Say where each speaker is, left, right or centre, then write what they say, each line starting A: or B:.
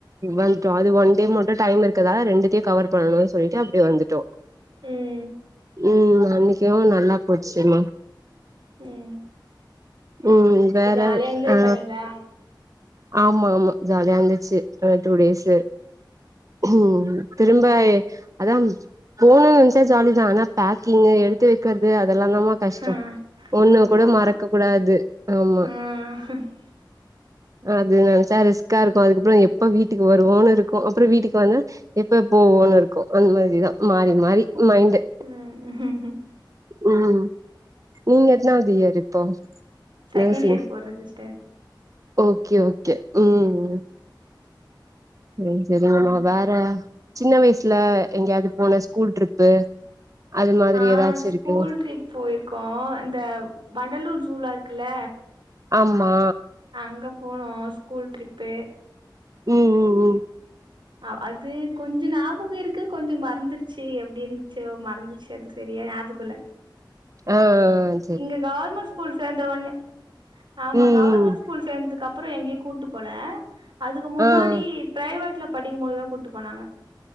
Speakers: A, on the right; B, on the right.
A: வந்துட்டோ அது ஒன் டே மட்டு டைம் இருக்கறதால ரெண்டுத்தையு கவர் பண்ணணுன்னு சொல்லிட்டு அப்டியே வந்துட்டோ
B: ம்
A: ம் அன்னைக்கு நல்லா போச்சிமா
B: ம்
A: ம் வேற
B: ஜாலியா என்ஜாய்
A: ஆ
B: பண்ணீங்களா
A: ஆமா ஆமா ஜாலியா இருந்துச்சி அ டூ டேஸ்ஸு ம் திரும்ப அதான் போகணுனு நெனைச்சா ஜாலிதா ஆனா பேக்கிங்கு எடுத்து வெக்கறது அதெல்லாந்தாம்மா கஷ்டம்
B: ஆ
A: ஒண்ணு
B: ஆமா
A: கூட
B: ஆமா
A: மறக்க கூடாது ஆமா
B: ஆ
A: அது நெனச்சா ரிஸ்க இருக்கு அதுக்கப்றோ எப்ப வீட்டுக்கு வருவோன்னு இருக்கு அப்றோ வீட்டுக்கு வந்தா எப்ப போவோன்னு இருக்கு அந்த மாரிதா மாறி மாறி மைண்ட்டு
B: ம்
A: ம் நீங்க எத்தனாவுது இயர் இப்போ
B: செகண்ட்
A: நர்சிங்
B: இயர் போறே சிஸ்டர்
A: ஓகே ஓகே ம் சேரி செரிங்கம்மா வேற சின்ன வயசுல எங்கேயாவ்து போன ஸ்கூல் ட்ரிப்பு அது மாதிரி
B: ஆ
A: ஏதாச்சு
B: ஸ்கூல்
A: இருக்கு
B: ட்ரிப் போயிருக்கோ இந்த வண்டலூர் ஜூலா இருக்குல்ல
A: ஆமா
B: அங்க போனோ ஸ்கூல் ட்ரிப்பு
A: ம் ம் ம்
B: அ அது கொஞ்ச ஞாபக இருக்கு கொஞ்சோ மறந்திருச்சு எப்டி இருந்துச்சோ மறந்து செது செரியா ஞாபகோ இல்ல
A: ஆ ஆ
B: இங்க கவர்மெண்ட் ஸ்கூல் சேந்த உட்னே ஆமா
A: ம்
B: கவர்மெண்ட்
A: ம்
B: ஸ்கூல்ஸ் சேந்துக்கப்றோ எங்கியு கூட்டு போல அதுக்கு முன்னாடி
A: ஆ ஆ
B: பிரைவெட்ல படிக்கும் போது தா கூட்டு போனாங்க